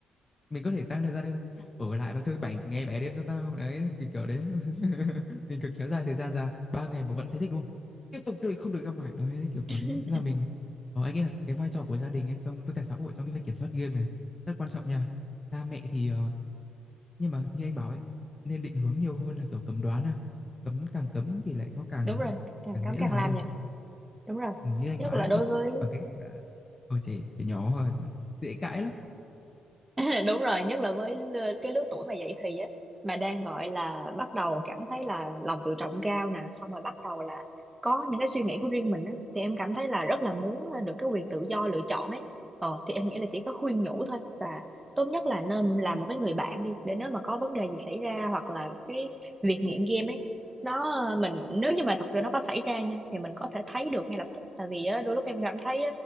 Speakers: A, on the left (about 25°); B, on the right (about 20°).
A: mình có thể tăng thời gian lên ở lại và chơi 7 ngày 7 đêm cho tao đấy kiểu kiểu đấy <laughs> mình cứ kéo dài thời gian ra 3 ngày mà vẫn thấy thích đúng không tiếp tục chơi không được ra ngoài đấy kiểu kiểu
B: <laughs>
A: đấy thế là mình Ờ, anh nghĩ là cái vai trò của gia đình ấy trong với cả xã hội trong cái việc kiểm soát game này rất quan trọng nha. Cha mẹ thì ờ, nhưng mà như anh bảo ấy nên định hướng nhiều hơn là kiểu cấm đoán à. Cấm càng cấm thì lại nó càng
B: Đúng rồi, càng
A: càng
B: cấm
A: dễ
B: càng
A: làm
B: làm
A: thôi.
B: nhỉ Đúng rồi.
A: Ừ, như anh
B: Nhất
A: bảo
B: là
A: đấy
B: đối
A: mà
B: với
A: bằng cái cách mà ở trẻ trẻ nhỏ ờ, dễ cãi lắm.
B: <laughs> đúng rồi nhất là với lứa- cái lứa tuổi mà dậy thì á mà đang gọi là bắt đầu cảm thấy là lòng tự trọng cao nè xong rồi bắt đầu là có những cái suy nghĩ của riêng mình á thì em cảm thấy là rất là muốn ờ, được cái quyền tự do lựa chọn ấy ờ thì em nghĩ là chỉ có khuyên nhủ thôi và tốt nhất là nên làm một cái người bạn đi để nếu mà có vấn đề gì xảy ra hoặc là cái việc nghiện game ấy nó ờ, mình nếu như mà thật sự nó có xảy ra nha thì mình có thể thấy được ngay lập tức tại vì á, đôi lúc em cảm thấy